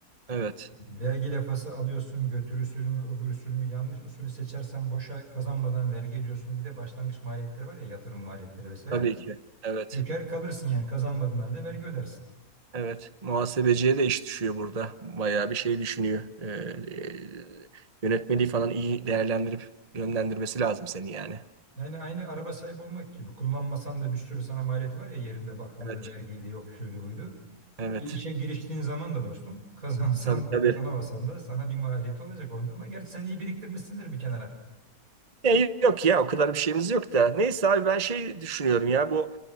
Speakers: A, on the right; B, on the right.
A: evet.
B: Vergi lafası alıyorsun, götür usulü mü, öbür usul mü, yanlış usulü seçersen boşa kazanmadan vergi ediyorsun. Bir de başlangıç maliyetleri var ya yatırım maliyetleri vesaire.
A: Tabii ki. Evet.
B: Yüker kalırsın yani kazanmadığın halde vergi ödersin.
A: Evet. Muhasebeciye de iş düşüyor burada. Bayağı bir şey düşünüyor. Ee, e, yönetmeliği falan iyi değerlendirip yönlendirmesi lazım seni yani.
B: Yani aynı araba sahibi olmak gibi. Kullanmasan da bir sürü sana maliyeti var ya yerinde bakımdı,
A: Evet.
B: vergiydi, yok şuydu buydu.
A: Evet.
B: Bir işe giriştiğin zaman da dostum <laughs> kazansan
A: Tabii
B: da
A: tabii.
B: kazanamasan da sana bir maliyeti olacak onda. Ama gerçi sen iyi biriktirmişsindir bir kenara.
A: E, yok ya o kadar bir şeyimiz yok da. Neyse abi ben şey düşünüyorum ya bu